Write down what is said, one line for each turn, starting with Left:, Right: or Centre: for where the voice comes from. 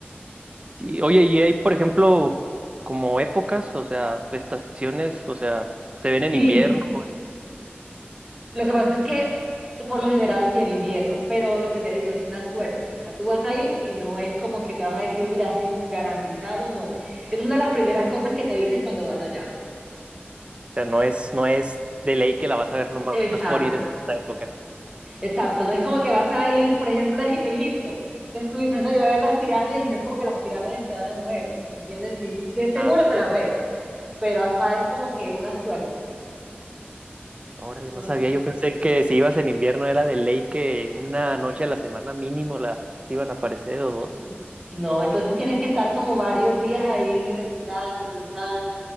Right: Sí, oye, y hay, por ejemplo, como épocas, o sea, estaciones, o sea, se ven en
Centre: Sí,
Right: invierno, o
Centre: lo que pasa es que por lo general sí en invierno, pero lo que te digo es una suerte, o sea, tú vas a ir y no es como que te van a decir, mira, sí, garantizado, no. Es una de las primeras cosas que te dicen cuando vas allá.
Right: sea, no es, no es de ley que la vas a ver nomás
Centre: Exacto,
Right: por ir en cierta época.
Centre: Exacto, no es como que vas a ir, por ejemplo, a Egi- Egipto. Entonces tú dices, no, yo voy a ver las pirámides y no es como que las pirámides se van a mover, ¿no? ¿Entiendes? Sí, sí es seguro
Right: Ah,
Centre: que
Right: sí,
Centre: las
Right: sí,
Centre: ves,
Right: sí.
Centre: pero acá es como que una suerte.
Right: Órale,
Centre: Entonces,
Right: no sabía, yo pensé que si ibas en invierno era de ley que una noche a la semana mínimo las te iban a aparecer o dos.
Centre: mm, no, entonces tienes que estar como varios días ahí revisando, revisando,